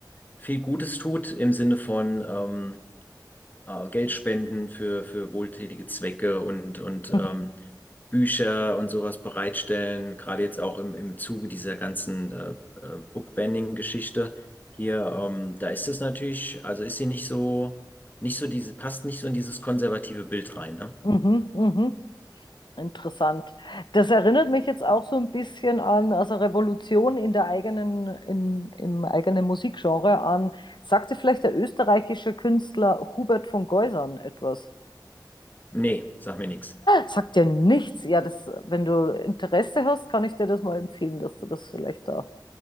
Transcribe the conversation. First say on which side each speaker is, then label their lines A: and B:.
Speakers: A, on the left (about 25°); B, on the left (about 80°).
A: viel Gutes tut im Sinne von ähm, äh, Geld spenden für, für wohltätige Zwecke und, und
B: Mhm.
A: ähm, Bücher und sowas bereitstellen, gerade jetzt auch im, im Zuge dieser ganzen äh, äh, Bookbanning-Geschichte hier, ähm, da ist es natürlich, also ist sie nicht so, nicht so diese, passt nicht so in dieses konservative Bild rein, ne?
B: Mhm. Mhm. Interessant. Das erinnert mich jetzt auch so ein bisschen an, also Revolution in der eigenen, in, im eigenen Musikgenre an. Sagt dir vielleicht der österreichische Künstler Hubert von Geusern etwas?
A: Nee, sag mir nichts.
B: Sagt dir nichts? Ja, das, wenn du Interesse hast, kann ich dir das mal empfehlen, dass du das vielleicht da